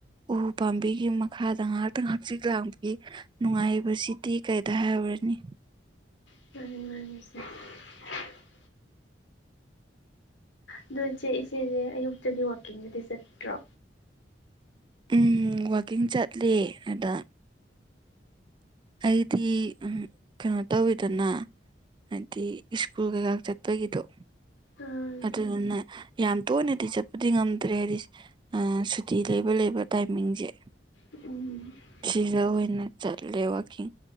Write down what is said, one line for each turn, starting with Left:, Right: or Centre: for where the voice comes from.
Right: ꯎ ꯄꯥꯝꯕꯤꯒꯤ ꯃꯈꯥꯗ ꯉꯥꯏꯍꯥꯛꯇꯪ ꯍꯛꯆꯤꯛ ꯂꯥꯡꯕꯒꯤ ꯅꯨꯡꯉꯥꯏꯕꯁꯤꯗꯤ ꯀꯩꯗ ꯍꯥꯏꯔꯔꯅꯤ
Left: <unintelligible> ꯑꯗꯣ ꯏꯆꯦ ꯏꯆꯦꯁꯦ ꯑꯌꯨꯛꯇꯗꯤ ꯋꯥꯛꯀꯤꯡꯗꯗꯤ ꯆꯠꯇ꯭ꯔꯣ
Right: ꯎꯝ ꯋꯀꯤꯡ ꯆꯠꯂ ꯑꯗ ꯑꯩꯗꯤ ꯀꯩꯅꯣ ꯇꯧꯋꯤꯗꯅ ꯍꯥꯏꯗꯤ ꯁ꯭ꯀꯨꯜ ꯀꯩꯀꯥ ꯆꯠꯄꯒꯤꯗꯣ
Left: ꯎꯝ
Right: ꯑꯗꯨꯗꯨꯅ ꯌꯥꯝ ꯇꯣꯏꯅꯗꯤ ꯆꯠꯄꯗꯤ ꯉꯝꯗ꯭ꯔꯦ ꯍꯥꯏꯗꯤ ꯁꯨꯇꯤ ꯂꯩꯕ ꯂꯩꯕ ꯇꯥꯏꯃꯤꯡꯁꯦ
Left: <unintelligible>
Right: ꯁꯤꯗ ꯑꯣꯏꯅ ꯆꯠꯂꯦ ꯋꯥꯀꯤꯡ